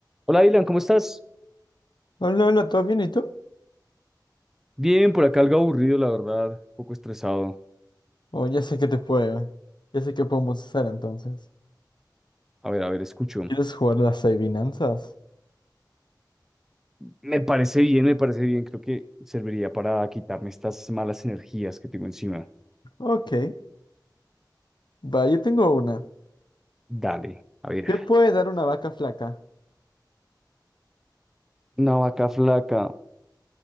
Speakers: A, in the centre; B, on the left.
A: Hola, Dylan, ¿cómo estás?
B: Hola, hola, ¿todo bien y tú?
A: Bien, por acá algo aburrido, la verdad, un poco estresado.
B: Oh, ya sé que te puedo. Ya sé qué podemos hacer entonces.
A: A ver, a ver, escucho.
B: ¿Quieres jugar las adivinanzas?
A: Me parece bien, me parece bien. Creo que serviría para quitarme estas malas energías que tengo encima.
B: Ok. Va, yo tengo una.
A: Dale, a ver.
B: ¿Qué puede dar una vaca flaca?
A: Una vaca flaca,